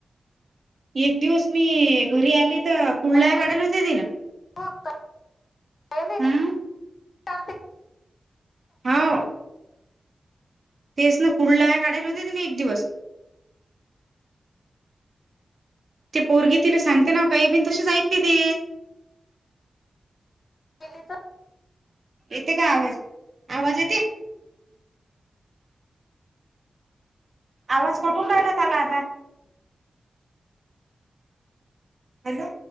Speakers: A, on the right; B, on the left.
A: एक दिवस मी घरी आली तर कुडला
B: मग बाई
A: काढाला होते तिला
B: काही नाही
A: हम्म
B: काढते
A: हाव. तेच ना कुंडलाय काढायला होते मी एक दिवस ते पोरगी तिला सांगते ना काही बिन तसेच ऐकते ते
B: केली तर
A: येते का आवाज? आवाज येते? आवाज कट होऊन राहिला त्याला आता हॅलो.